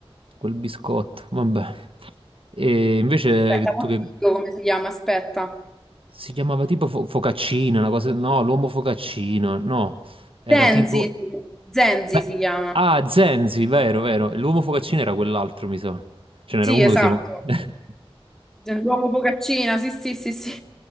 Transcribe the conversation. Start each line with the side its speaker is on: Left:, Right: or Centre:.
Right: quel biscotto, vabbè. E invece
Centre: Aspetta,
Right: tu
Centre: mo
Right: che...
Centre: ti dico come si chiama? Aspetta.
Right: Si chiamava tipo fo- Focaccino, una cosa... No, l'uomo Focaccino, no. Era
Centre: Zenzi,
Right: tipo...
Centre: Zenzi
Right: Beh,
Centre: si chiama.
Right: ah, Zenzi, vero, vero. L'uomo focaccino era quell'altro, mi sa. Ce n'era
Centre: Sì,
Right: uno
Centre: esatto.
Right: che si chiamava... <laughs>
Centre: L'uomo focaccina, sì, sì, sì, sì.